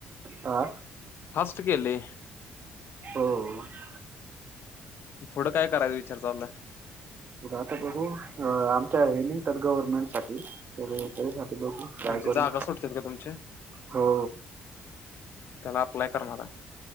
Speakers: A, on the right (about 45°); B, on the left (about 60°).
A: हा
B: फस्ट केली
A: हो
B: पुढं काय करायं विचार चालला
A: आता बघू आमच्या हे निघतात गव्हर्नमेंट सासाठी त्यासाठी बघू काय
B: म्हणजे
A: करू
B: जागा सुटतात का तुमच्या
A: हो
B: त्याला अप्लाय करणार आहे